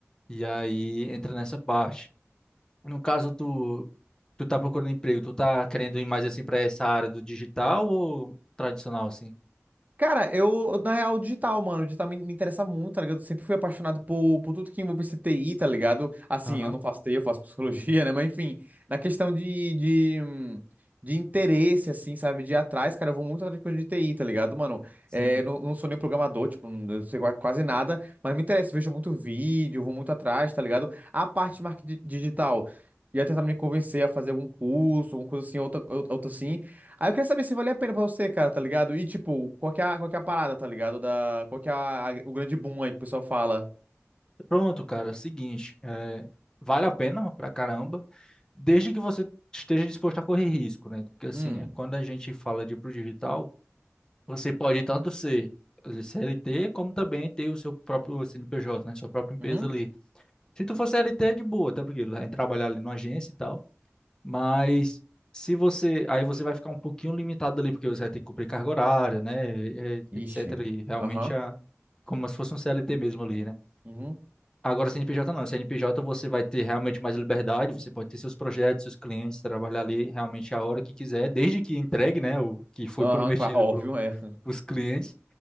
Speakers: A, on the left; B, on the right.
A: E aí entra nessa parte. No caso, tu, tu tá procurando emprego, tu tá querendo ir mais assim pra essa área do digital ou tradicional, assim?
B: Cara, eu, eu, na real, digital, mano, digital me, me interessa muito, tá ligado? Eu sempre fui apaixonado por, por tudo que envolve esse T I tá ligado? Assim,
A: Aham,
B: eu não faço T I eu faço <laughs> psicologia, né? Mas, enfim, na questão de, de, hum, de interesse, assim, sabe? De ir atrás, cara, eu vou muito atrás de coisa de T I tá ligado, mano?
A: sim.
B: É, não, não sou nem programador, tipo, não eu sei qua- quase nada, mas me interessa, eu vejo muito vídeo, vou muito atrás, tá ligado? A parte de marketing digital. Ia tentar me convencer a fazer algum curso, alguma coisa assim, outra, outra assim. Aí eu queria saber se valia a pena pra você, cara, tá ligado? E, tipo, qual que é a, qual que é a parada, tá ligado? Da, qual que é a- a- o grande boom aí que o pessoal fala?
A: Pronto, cara, seguinte, é, vale a pena pra caramba, desde que você esteja disposto a correr risco, né? Porque assim,
B: Hum,
A: é, quando a gente fala de ir pro digital, você pode tanto ser CLT, como também ter o seu próprio CNPJ, né? Sua própria empresa
B: uhum,
A: ali. Se tu for CLT, é de boa, tá? Porque vai trabalhar ali numa agência e tal. Mas se você. Aí você vai ficar um pouquinho limitado ali, porque você vai ter que cumprir carga horária, né? e- Etc.
B: ixi,
A: E realmente
B: aham,
A: a. Como se fosse um CLT mesmo ali, né?
B: uhum,
A: Agora, CNPJ não. CNPJ você vai ter realmente mais liberdade, você pode ter seus projetos, seus clientes, trabalhar ali realmente a hora que quiser, desde que entregue, né? O que foi
B: aham,
A: prometido
B: claro, óbvio,
A: para
B: é, <laughs>
A: os clientes,